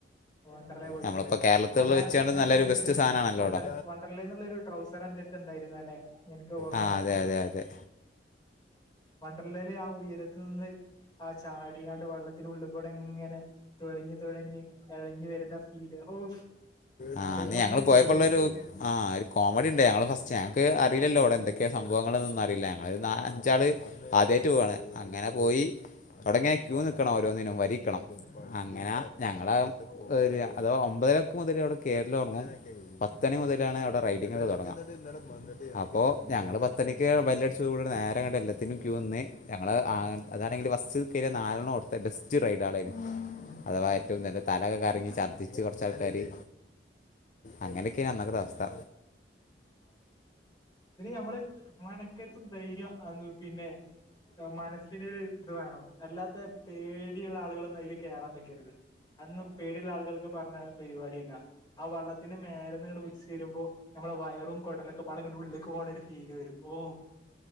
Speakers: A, on the left; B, on the left.
A: വണ്ടർലേ പോയിലെ
B: നമ്മളിപ്പോൾ കേരളത്തിൽ
A: ആ ഞാൻ
B: വെച്ചുകൊണ്ട്
A: ഞാൻ
B: നല്ലൊരു
A: കണ്ടിരുന്ന്
B: ബെസ്റ്റ് സാധനമാണല്ലോ
A: വണ്ട
B: ഇവിടെ
A: വണ്ടർലേ എന്നുള്ളരു ട്രൗസറന്റെ ണ്ടായിരുന്ന അല്ലെ എനിക്ക് ഓർമ്മ
B: ആ
A: ഉണ്ടത്
B: അതെ അതെ അതെ
A: വണ്ടർലേല് ആ ഉയരത്തു നിന്ന് ആ ചാടിങ്ങാണ്ട് വെള്ളത്തിനുളള് ഇവടങ്ങനെ തുഴഞ്ഞു തുഴഞ്ഞ് തുഴഞ്ഞവരുന്ന ഫീല് ഹവ്ഫ്‌
B: ആ
A: ആലോയിക്കുമ്പോ
B: അന്ന് ഞങ്ങൾ
A: തന്നെ
B: പോയപ്പോൾ
A: കുളിര്
B: ഉള്ളൊരു
A: കേർണ്
B: ആ ഒരു കോമഡി ഉണ്ട് ഞങ്ങള് ഫസ്റ്റ് ഞങ്ങക്ക് അറിയില്ലല്ലോ അവിടെ എന്തൊക്കെയാ സംഭവങ്ങൾന്ന ഒന്നും അറിയില്ല ഞങ്ങള് അഞ്ചാള് ആദ്യമായിട്ടു പോവാണ് അങ്ങനെ പോയി അവിടങ്ങനെ ക്യൂ നിക്കണം ഓരോന്നിനും വരി ക്കണം
A: ഉം
B: അങ്ങനെ
A: ഉം
B: ഞങ്ങള ഒരു അതോ ഒമ്പതരക്ക് മുതൽ അവിടെ കേറല് തുടങ്ങും പത്തണി
A: ഉം
B: മുതലാണ് അവിടെ റൈഡിംഗ് ഒക്കെ തുടങ്ങ
A: ഉം
B: അപ്പൊ ഞങ്ങള് പത്തണിക്ക് ബെല്ലടിച്ചു കുടെ നേരങ്ങട്ട് എല്ലത്തിനും ക്യൂ നിന്ന് ഞങ്ങൾ
A: ഉം
B: അ ഞങ്ങള് ഫസ്റ്റ് കയറിയ നാലെണ്ണം അവിടത്തെ ബസ്റ്റ് റൈഡാളായിരുന്നു
A: ഉം
B: അഥവാ ഏറ്റവും നല്ല തലയൊക്കെ കറങ്ങി ഛർദ്ദിച്ച് കുറച്ച് ആൾക്കാര് അങ്ങനെയൊക്കെയാണ് അന്നക്കത്തെ അവസ്ഥ
A: നമ്മള് മനക്കരുത്തും ധൈര്യ അത് പിന്നെ മനസ്സിനൊരു ഇത് വേണം അല്ലാത്ത പേടിയുള്ള ആളുകളൾ ഒന്നും അതില് കേറാൻ നിക്കരുത് അതൊന്നും പേടി ള്ള ആളുകൾക്ക് പറഞ്ഞ പരിപാടിയല്ല ആ വള്ളത്തിന്റെ മേല ഒലിച്ചു വരുമ്പോ നമ്മളെ വയറും കുടലൊക്കെപാടെങ്കട് ഉള്ളിക്ക് പോണ ഒരു ഫീല് വരും ഓ